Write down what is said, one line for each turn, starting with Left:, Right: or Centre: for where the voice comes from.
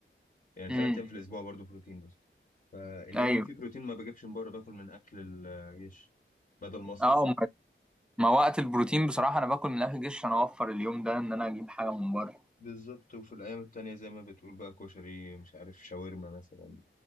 Left: يعني
Centre: امم
Left: ثلاث ايام في الاسبوع برضو بروتين بس فاليوم
Centre: ايوه
Left: اللي فيه بروتين ما بجيبش من بره باكل من اكل الجيش بدل مصرف
Centre: اه ما ما وقت البروتين بصراحة انا باكل من الاكل الجيش عشان اوفر اليوم ده ان انا اجيب حاجة من بره
Left: بالظبط وفي الايام التانية زي ما بتقول بقى كشري مش عارف شاورما مثلا